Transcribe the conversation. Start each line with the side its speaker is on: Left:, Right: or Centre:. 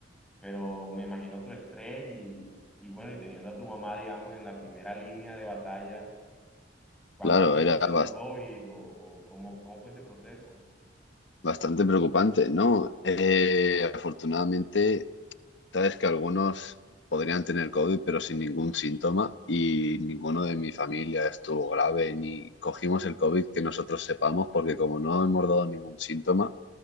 Centre: pero me imagino tu estrés y, y bueno, y teniendo a tu mamá, digamos, en la primera línea de batalla, ¿cuántas
Left: claro,
Centre: veces
Left: era
Centre: te
Left: bastante
Centre: dio COVID o, o cómo, cómo fue ese proceso?
Left: Bastante preocupante, ¿no? Eh, afortunadamente, sabes que algunos podrían tener COVID, pero sin ningún síntoma y ninguno de mi familia estuvo grave ni cogimos el COVID que nosotros sepamos, porque como no hemos dado ningún síntoma,